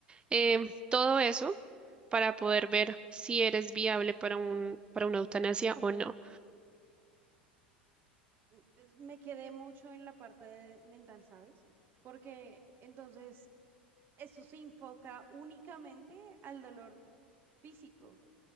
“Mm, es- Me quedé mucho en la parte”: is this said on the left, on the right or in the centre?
Right